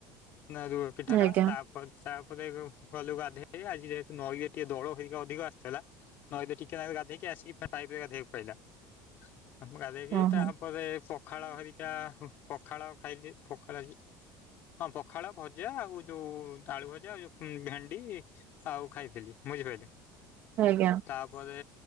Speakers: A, on the left; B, on the right.
A: ନା ରୁ ପିଠା ଟା
B: ଆଜ୍ଞା
A: ତା ତାପରେ ଗ ଗଲୁ ଗାଧେଇ ଆଜି ଯେହେତୁ ନଈ ରେଟିକେ ଦଳ ହେଇକି ଅଧିକ ଆସିଥିଲା ନଇରେ ଟିକେ ନାରୁ ଗଧୋଇକି ଆସିକି ଫେ ପାଇପ ରେ ଗାଧେଇବାକୁ ପଇଲା ଆମ ଗାଧେଇକି
B: ହଁ
A: ତାପରେ
B: ହଁ
A: ପଖାଳ ହେରିକା ହୁ ପଖାଳ ଖାଇଲି ପଖାଳ ହଁ ପଖାଳ ଭଜା ଆଉ ଯୋଉ ଆଳୁ ଭଜା ଆଉ ଯୋଉ ଭେଣ୍ଡି ଆଉ ଖାଇଥିଲି ବୁଝିପାଇଲେ
B: ଆଜ୍ଞା
A: ତାପରେ